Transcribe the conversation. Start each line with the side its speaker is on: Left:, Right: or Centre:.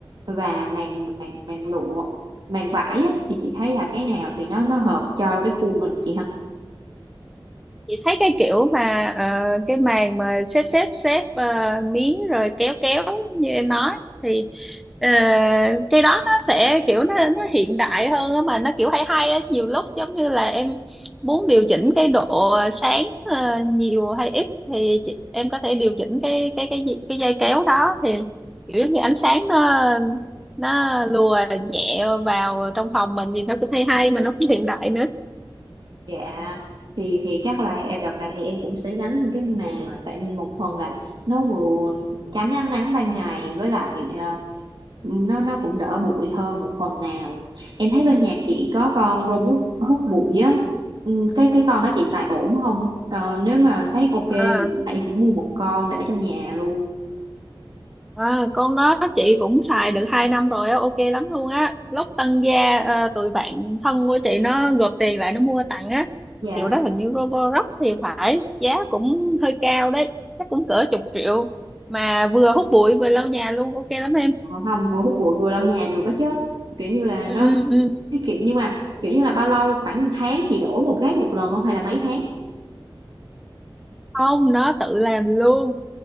Right: Và màn màn màn lụa, màn vải á thì chị thấy là cái nào thì nó nó hợp cho cái khu mình chị ha.
Centre: chị thấy cái kiểu mà ờ, cái màn mà xếp xếp xếp ờ, miếng rồi kéo kéo như em nói thì ờ, cái đó nó sẽ kiểu nó nó hiện đại hơn á mà nó kiểu hay hay á nhiều lúc giống như là em muốn điều chỉnh cái độ sáng ờ, nhiều hay ít thì chị, em có thể điều chỉnh cái cái cái gì- cái dây kéo đó thì kiểu giống như ánh sáng nó nó lùa nhẹ vào trong phòng mình nhìn nó cũng hay hay mà nó cũng hiện đại nữa
Right: Dạ thì thì chắc là em đợt này thì em cũng sẽ gắn thêm cái màng tại một phần là nó vừa tránh ánh nắng ban ngày với lại ờ, nó nó cũng đỡ bụi hơn một phần nào em thấy bên nhà chị có con robot hút bụi á Ừ, cái cái con đó chị xài ổn không Ờ, nếu mà thấy ok thì
Centre: ừ.
Right: chắc là em cũng mua một con để trong nhà luôn
Centre: À, con đó chị cũng xài được 2 năm rồi á, ok lắm luôn á. Lúc tăng gia ờ, tụi bạn thân của chị nó gộp tiền lại nó mua tặng á.
Right: dạ
Centre: Hiệu đó hình như Roborock thì phải, giá cũng hơi cao đấy, chắc cũng cỡ chục triệu mà vừa hút bụi vừa lau nhà luôn, ok lắm em.
Right: Ờ, không vừa hút bụi vừa lau nhà được đó chứ kiểu như là
Centre: Ừ,
Right: nó
Centre: ừ.
Right: tiết kiệm nhưng mà kiểu như là bao lâu khoảng một tháng chị đổ một rác một lần không hay là mấy tháng
Centre: Không, nó tự làm luôn.